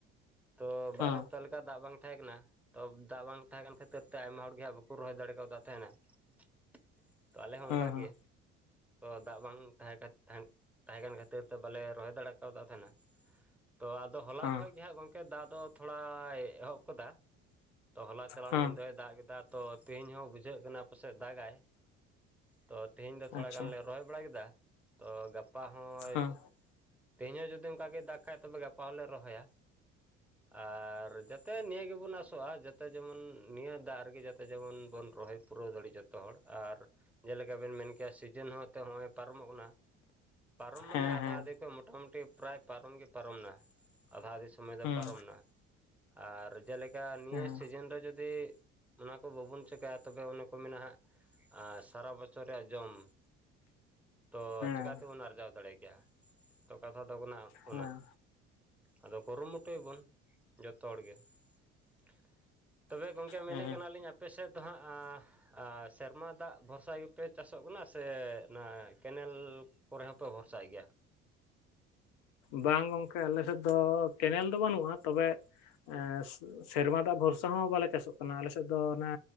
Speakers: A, in the centre; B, on the left (about 70°).
A: ᱛᱚ ᱵᱟᱨ
B: ᱦᱩᱸ
A: ᱦᱟᱯᱛᱟ <unintelligible> ᱞᱮᱠᱟ ᱫᱟᱜ ᱵᱟᱝ ᱛᱟᱦᱮᱸ ᱠᱟᱱᱟ ᱛᱚ ᱫᱟᱜ ᱵᱟᱝ ᱛᱟᱦᱮᱸ ᱠᱟᱱ ᱠᱷᱟᱹᱛᱤᱨ ᱛᱮ ᱟᱭᱢᱟ ᱦᱚᱲ ᱜᱮ ᱦᱟᱸᱜ ᱵᱟᱠᱚ ᱨᱚᱦᱚᱭ ᱫᱟᱲᱮ ᱟᱠᱟᱫᱟ <unintelligible> ᱼᱼ <unintelligible> ᱛᱚ ᱟᱞᱮ ᱦᱚᱸ
B: ᱦᱩᱸ
A: ᱚᱱᱠᱟ
B: ᱦᱩᱸ
A: ᱜᱮ ᱛᱚ ᱫᱟᱜ ᱵᱟᱝ ᱛᱟᱦᱮᱸ <unintelligible> ᱼᱼ ᱛᱟᱦᱮᱸ ᱠᱟᱱ ᱠᱷᱟᱹᱛᱤᱨ ᱛᱮ ᱵᱟᱞᱮ ᱨᱚᱦᱚᱭ ᱫᱟᱲᱮ ᱟᱠᱟᱫ ᱛᱟᱦᱮᱱᱟ ᱛᱚ ᱟᱫᱚ ᱦᱚᱞᱟ
B: ᱦᱩᱸ
A: ᱠᱷᱚᱡ ᱜᱮᱦᱟᱸᱜ ᱜᱚᱝᱠᱮ ᱜᱚᱢᱠᱮ ᱫᱟᱜ ᱫᱚ ᱛᱷᱚᱲᱟᱭ ᱮᱦᱚᱵ ᱟᱠᱟᱫᱟ ᱛᱚ ᱦᱚᱞᱟ ᱪᱟᱞᱟᱣ
B: ᱦᱩᱸ
A: ᱮᱱ ᱧᱤᱫᱟᱹ ᱫᱟᱜ ᱠᱮᱫᱟ᱾ ᱛᱚ ᱛᱮᱦᱮᱧ ᱦᱚᱸ ᱵᱩᱡᱷᱟᱹᱜ ᱠᱟᱱᱟ ᱯᱟᱥᱮᱡ ᱫᱟᱜᱟᱭ ᱛᱚ ᱛᱮᱦᱮᱧ ᱫᱚ ᱛᱷᱚᱲᱟ
B: ᱟᱪᱪᱷᱟ
A: ᱜᱟᱱᱞᱮ ᱨᱚᱦᱚᱭ ᱵᱟᱲᱟ ᱠᱮᱫᱟ ᱛᱚ ᱜᱟᱯᱟ ᱦᱚᱸ
B: ᱦᱩᱸ
A: ᱛᱮᱦᱮᱧ ᱦᱚᱸ ᱡᱩᱫᱤ ᱚᱱᱠᱟ ᱜᱮᱭ ᱫᱟᱜ ᱠᱷᱟᱡ ᱛᱚᱵᱮ ᱜᱟᱯᱟ ᱦᱚᱞᱮ ᱨᱚᱦᱚᱭᱟ᱾ ᱟᱨ ᱡᱟᱛᱮ ᱱᱤᱭᱟᱹ ᱜᱮᱵᱚᱱ ᱟᱥᱚᱜᱼᱟ ᱡᱟᱛᱮ ᱡᱮᱢᱚᱱ ᱱᱤᱭᱟᱹ ᱫᱟᱜ ᱨᱮᱜᱮ ᱡᱟᱛᱮ ᱡᱮᱢᱚᱱ ᱵᱚᱱ ᱨᱚᱦᱚᱭ ᱯᱩᱨᱟᱹᱣ <unintelligible> ᱡᱚᱛᱚ ᱦᱚᱲ ᱟᱨ ᱡᱮᱞᱮᱠᱟᱵᱮᱱ ᱢᱮᱱᱠᱮᱫᱟ ᱥᱤᱡᱤᱱ ᱦᱚᱸ ᱛᱚ ᱱᱚᱜᱼᱚᱭ ᱯᱟᱨᱚᱢᱚᱜ ᱠᱟᱱᱟ᱾ ᱯᱟᱨᱚᱢ ᱢᱟᱱᱮ
B: ᱦᱮᱸ
A: ᱟᱫᱷᱟ
B: ᱦᱮᱸ
A: ᱟᱫᱷᱮ ᱠᱷᱚᱡ ᱢᱚᱴᱟ ᱟᱢᱩᱴᱤ ᱯᱨᱟᱭ ᱯᱟᱨᱚᱢ ᱜᱮᱮ ᱯᱟᱨᱚᱢ ᱮᱱᱟ ᱟᱫᱷᱟ ᱟᱫᱮ ᱥᱚᱢᱚᱭ ᱫᱚ
B: ᱦᱩᱸ
A: ᱯᱟᱨᱚᱢᱮᱱᱟ ᱟᱨ ᱡᱮᱞᱮᱠᱟ ᱱᱤᱭᱟᱹ
B: ᱦᱮᱸ
A: ᱥᱤᱡᱤᱱ ᱨᱮ ᱡᱚᱫᱤ ᱚᱱᱟ ᱠᱚ ᱵᱟᱵᱚᱱ ᱪᱤᱠᱟᱭᱟ ᱛᱚᱵᱮ ᱚᱱᱟ ᱠᱚ ᱢᱮᱱᱟᱜᱟ <unintelligible> ᱥᱟᱨᱟ ᱵᱚᱪᱷᱚᱨ ᱨᱮᱭᱟᱜ ᱡᱚᱢ ᱛᱚ
B: ᱦᱮᱸ
A: ᱪᱤᱠᱟᱹ ᱛᱮᱵᱚᱱ ᱟᱨᱡᱟᱣ ᱫᱟᱲᱮ ᱠᱮᱭᱟ <unintelligible> ᱛᱚ ᱠᱟᱛᱷᱟ ᱫᱚ ᱠᱟᱱᱟ ᱚᱱᱟ
B: ᱦᱮᱸ
A: ᱟᱫᱚ ᱠᱩᱨᱩᱢᱩᱴᱩᱭᱟᱵᱚᱱ ᱡᱚᱛᱚ ᱦᱚᱲᱜᱮ <unintelligible> ᱛᱚᱵᱮ ᱜᱚᱝᱠᱮ ᱢᱮᱱᱮᱫ
B: ᱦᱮᱸ
A: ᱠᱟᱱᱟᱞᱤᱧ ᱟᱯᱮ ᱥᱮᱫ ᱫᱚ ᱦᱟᱸᱜ ᱟᱨ ᱥᱮᱨᱢᱟ ᱫᱟᱜ ᱵᱷᱚᱨᱥᱟ ᱜᱮᱯᱮ ᱪᱟᱥᱚᱜ ᱠᱟᱱᱟ ᱥᱮ ᱚᱱᱟ ᱠᱮᱱᱮᱞ ᱠᱚᱨᱮ ᱦᱚᱸᱯᱮ ᱵᱷᱚᱨᱥᱟᱭ ᱜᱮᱭᱟᱼᱼ
B: ᱵᱟᱝ ᱜᱚᱝᱠᱮ ᱟᱞᱮ ᱥᱮᱫ ᱫᱚ ᱠᱮᱱᱮᱞ ᱫᱚ ᱵᱟᱹᱱᱩᱜᱼᱟ ᱛᱚᱵᱮ <unintelligible> ᱥᱮᱨᱢᱟ ᱫᱟᱜ ᱵᱷᱚᱨᱥᱟ ᱦᱚᱸ ᱵᱟᱞᱮ ᱪᱟᱥᱚᱜ ᱠᱟᱱᱟ ᱟᱞᱮᱥᱮᱫ ᱫᱚ ᱚᱱᱮ